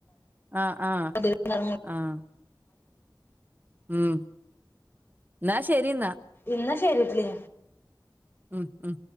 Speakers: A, on the right; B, on the left.
A: ആഹ് ആഹ്
B: െ അ
A: ആഹ് ഉം എന്നാ ശരി എന്നാ
B: ഇന്ന് ശരിട്ടില്ല
A: ഉം ഉഹ